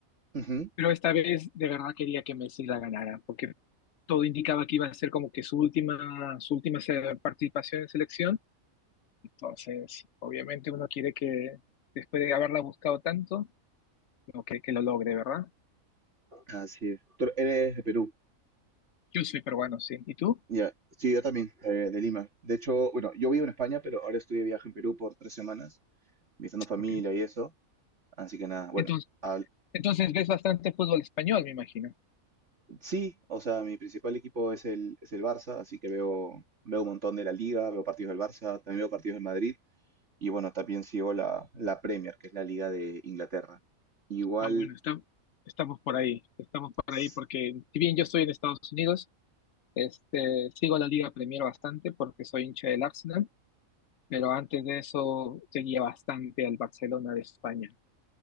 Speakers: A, on the right (about 55°); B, on the left (about 65°).
A: Ujú.
B: pero esta vez de verdad quería que Messi la ganara, porque todo indicaba que iba a ser como que su última, su última se- participación en selección. Entonces, obviamente uno quiere que después de haberla buscado tanto, como que, que lo logre, ¿verdad?
A: Así es. Tú eres de Perú.
B: Yo soy peruano, sí. ¿Y tú?
A: Ya, sí, yo también, eh, de Lima. De hecho, bueno, yo vivo en España, pero ahora estoy de viaje en Perú por tres semanas, visitando familia
B: Ok.
A: y eso. Así que nada, bueno,
B: Entonces,
A: al-
B: entonces ves bastante fútbol español, me imagino.
A: sí, o sea, mi principal equipo es el, es el Barça, así que veo, veo un montón de la Liga, veo partidos del Barça, también veo partidos del Madrid y bueno, también sigo la, la Premier, que es la Liga de Inglaterra. Igual,
B: Ah, bueno, está. Estamos por ahí, estamos por
A: s-
B: ahí porque si bien yo estoy en Estados Unidos, este, sigo la Liga Premier bastante porque soy hincha del Arsenal, pero antes de eso seguía bastante al Barcelona de España.